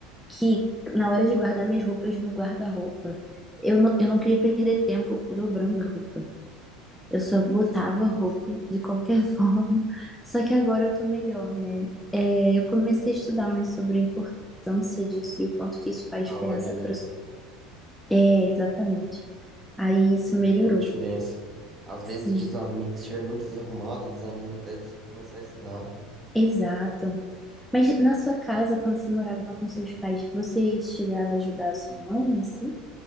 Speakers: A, in the centre; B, on the right.
A: que na hora de guardar minhas roupas no guarda-roupa, eu não, eu não queria perder tempo dobrando a roupa. Eu só
B: Sim,
A: botava
B: sim.
A: roupa de qualquer <laughs> forma. Só que agora eu tô melhor, né? É, eu comecei a estudar mais sobre a importância disso e o quanto que isso faz
B: Da
A: diferença
B: ordem, né?
A: para É, exatamente. Aí isso
B: Faz
A: melhorou.
B: toda a diferença. Às vezes,
A: Sim,
B: desani... se estiver muito desarrumado, desanima até de começar a estudar.
A: exato. Mas na sua casa, quando você morava com seus pais, você chegava a ajudar a sua mãe, assim?